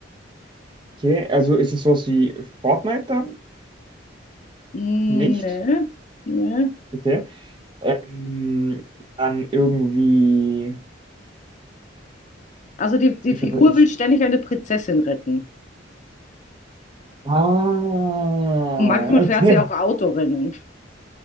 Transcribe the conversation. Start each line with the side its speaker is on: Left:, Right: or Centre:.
Right: Okay, also ist es sowas wie Fortnite dann?
Left: Hm,
Right: Nicht?
Left: Nee, nee.
Right: Okay. Ähm, dann irgendwie.
Left: Also die, die
Right: Was
Left: Figur
Right: aber es.
Left: will ständig eine Prinzessin retten.
Right: Ah,
Left: Und manchmal fährt
Right: okay.
Left: sie auch
Right: <laughs>
Left: Autorennen.